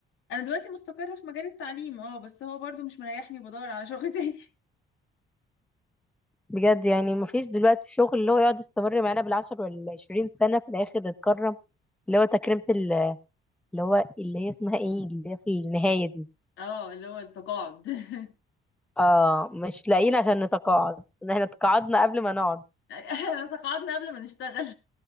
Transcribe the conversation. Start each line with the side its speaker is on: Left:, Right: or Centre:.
Left: أنا دلوقتي مستقرة في مجال التعليم اه بس هو برضو مش مريحني وبدور على شغل تاني
Centre: بجد يعني مفيش دلوقتي شغل اللي هو يقعد يستمر معانا بالعشر والعشرين سنة في الآخر نتكرم اللي هو تكريمة ال- اللي هو اللي هي اسمها ايه اللي هي في النهاية دي
Left: <laughs> اه اللي هو التقاعد <laughs>
Centre: اه مش لاقيين عشان نتقاعد ان احنا تقاعدنا قبل ما نقعد
Left: احنا تقاعدنا قبل ما نشتغل